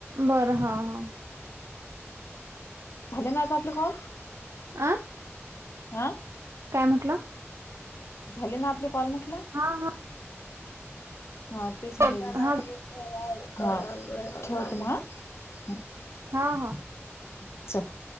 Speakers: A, on the right; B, on the left.
A: बर हा हा.
B: झाले ना आता आपले कॉल?
A: आ
B: हा
A: काय म्हटलं?
B: झाले ना आपले कॉल म्हटलं?
A: हा हा.
B: हा तेच
A: हा
B: म्हंटल
A: बर
B: की. हा ठेवते मग हा. हं
A: हा हा
B: चल.